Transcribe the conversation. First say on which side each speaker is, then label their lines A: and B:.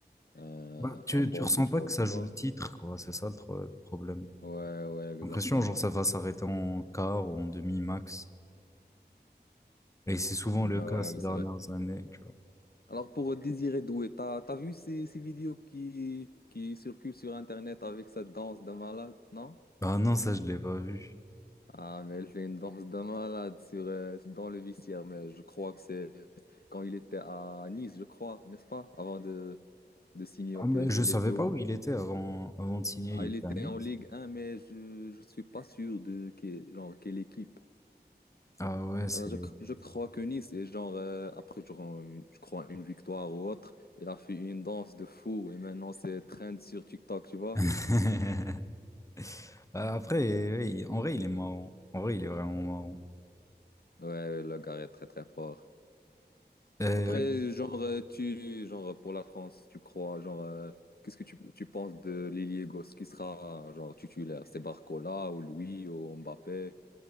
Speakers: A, on the left (about 60°); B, on the left (about 15°).
A: un,
B: Bah, tu,
A: un bon
B: tu ressens
A: football,
B: pas que ça
A: tu vois?
B: joue le titre, quoi. C'est ça le, tro- le problème.
A: Ouais, ouais, exactement.
B: J'ai l'impression, genre, ça va s'arrêter en quart ou en demi max. Et c'est souvent
A: Ouais,
B: le cas ces
A: ouais,
B: dernières
A: c'est vrai.
B: années, tu vois.
A: Alors, pour Désiré Doué, t'as, t'as vu ces, ces vidéos qui, qui circulent sur Internet avec sa danse de malade, non?
B: Ah non, ça, je l'ai pas vu.
A: Ah, mais elle fait une danse de malade sur, euh, dans le vestiaire, mais je crois que c'est quand il était à Nice, je crois, n'est-ce pas? Avant de de signer
B: Ah,
A: au PSG.
B: mais je
A: Il
B: savais
A: était, au-
B: pas où il était avant, avant de signer,
A: ah,
B: il
A: il
B: était
A: était
B: à Nice.
A: en Ligue 1, mais je je suis pas sûr de que- genre, quelle équipe.
B: Ah ouais, c'est...
A: Alors, je, cr- je crois que Nice est genre, euh, après, genre, une- je crois, une victoire ou autre. Il a fait une danse de fou et maintenant c'est trend sur TikTok, tu vois.
B: <laughs> Ah, Après, ouais, il- en vrai, il est marrant. En vrai, il est vraiment marrant.
A: Ouais, ouais, le gars est très très fort.
B: Euh,
A: Après, genre, euh, tu, genre, pour la France, tu crois, genre, euh, qu'est-ce que tu, tu penses de l'ailier gauche qui sera, genre, titulaire? C'est Barcola ou Louis ou Mbappé?